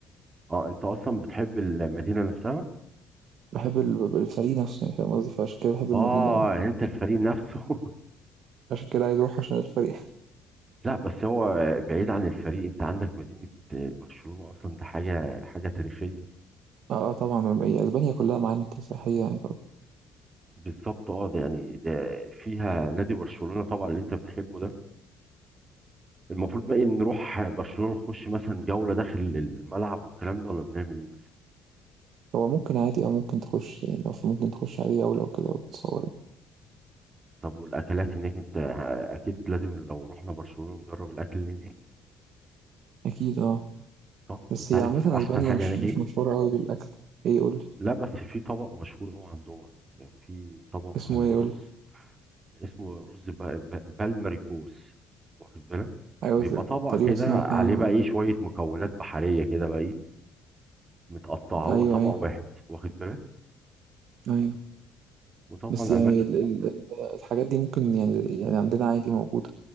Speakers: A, on the right; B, on the right.
A: اه انت اصلا بتحب المدينة نفسها
B: بحب ال- الفريق نفسه يعني فاهم قصدي فعشان كده بحب
A: اه
B: المدينة فاهم
A: يعني انت الفريق نفسه <laughs>
B: عشان كده عايز أروح عشان الفريق
A: لا بس هو بعيد عن الفريق انت عندك مدينة برشلونة اصلا ده حاجة حاجة تاريخية
B: آه، آه، طبعًا هي أسبانيا كلّها معالم سياحية يعني طبعًا،
A: بالظبط اه ده يعني ده فيها نادي برشلونة طبعا اللي انت بتحبه ده المفروض بقى إن نروح برشلونة نخش مثلا جولة داخل الملعب والكلام ده ولا بنعمل ايه
B: هو ممكن عادي أو ممكن تخُش يعني لو ف ممكن تخُش أي دولة وكده وتتصور يعني،
A: طب والاكلات هناك انت اكيد لازم لو رحنا برشلونة نجرب الاكل اللي هناك
B: أكيد آه،
A: صح
B: بس
A: انت
B: هي
A: عارف
B: عامةً
A: احسن
B: أسبانيا
A: حاجة
B: مش
A: هناك
B: مش
A: ايه
B: مشهورة أوي بالأكل، إيه قُل لي،
A: لا بس في طبق مشهور قوي عندهم على فكرة. في طبق
B: اسمه
A: آه،
B: إيه
A: رز
B: قُل لي؟
A: اسمه رز ب- ب- بالمريكوس واخد بالك
B: أيوه
A: بيبقى
B: ت
A: طبق
B: تقريبًا
A: كده
B: سمعت
A: عليه
B: عنه
A: بقى
B: آه،
A: ايه شوية مكونات بحرية كده بقى ايه متقطعة هو
B: أيوه،
A: طبق
B: أيوه،
A: واحد واخد بالك
B: أيوه،
A: وطبعا
B: بس يعني
A: اماكن
B: ال ال ال الحاجات دي ممكن يعني يعني عندنا عادي موجودة،